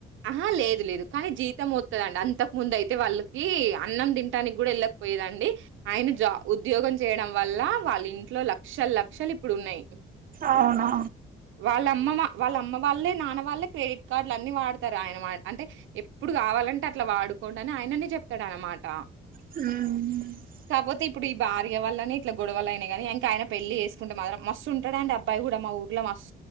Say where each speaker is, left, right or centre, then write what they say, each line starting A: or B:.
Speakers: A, on the right; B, on the right.
A: ఆహ లేదు లేదు కానీ జీతం ఒత్తదండి అంతకు ముందైతే వాళ్ళకి అన్నం తింటానికి గూడా ఎళ్ళకపోయేదన్ డి ఆయన జా ఉద్యోగం చేయడం వల్ల వాళ్ళింట్లో లక్షల లక్షలు ఇప్పుడున్నాయ్
B: ఆవునా
A: వాళ్ళమ్మ మ వాళ్ళ అమ్మ వాళ్ళే నాన్న వాళ్ళే క్రెడిట్ కార్డల్ అన్నీ వాడ్ తరు ఆయన మా అంటే ఎప్పుడు గావాలంటే అట్ల వాడుకోండి అని ఆయననే చెప్తాడు అనమాట
B: మ్ హు
A: కాపోతే ఇప్పుడు ఈ భార్య వల్లనే ఇట్ల గొడవలైనయ్ గనీ ఇంక ఆయన పెళ్ళి చేసుకుంటే మాత్రం మస్తుంటడండి అబ్బాయి గూడా మా ఊర్లో మస్